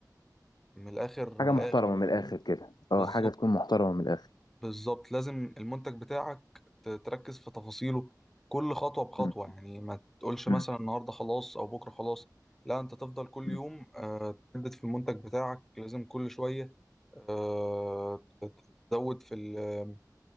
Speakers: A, in the centre; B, on the left.
A: من الآخر
B: حاجة
A: من
B: محترمة
A: الآخر يعني
B: من الآخر كده اه
A: بالظبط
B: حاجة تكون محترمة من الآخر
A: بالظبط لازم المنتج بتاعك ت- تركز في تفاصيله كل خطوة بخطوة
B: مم.
A: يعني ما تقولش مثلا
B: مم.
A: النهاردة خلاص أو بكرة خلاص لا أنت تفضل كل
B: مم.
A: يوم آه، تجدد في المنتج بتاعك لازم كل شوية آه، ت- تزود في ال-